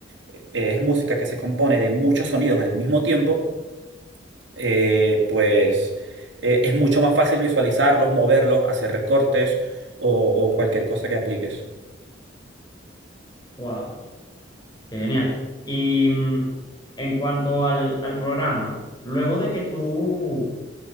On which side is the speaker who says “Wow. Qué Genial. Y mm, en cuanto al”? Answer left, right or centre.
Left